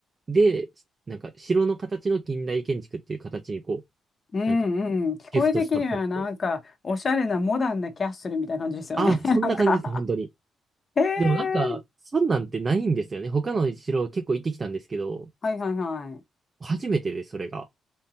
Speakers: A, on the right; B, on the left.
A: で、なんか、城の形の近代建築っていう形にこう、
B: うんうん。
A: なんか、
B: 聞こえてきるのはなんか、
A: ギフトしたっぽくて。
B: おしゃれなモダンなキャッスルみたいな感じですよね。
A: ああ、
B: <laughs>
A: そんな感じです、
B: なんか。
A: 本当に。
B: へえ。
A: でもなんか、そんなんてないんですよね。他の城結構行ってきたんですけど、
B: はいはいはい。
A: 初めてです、それが。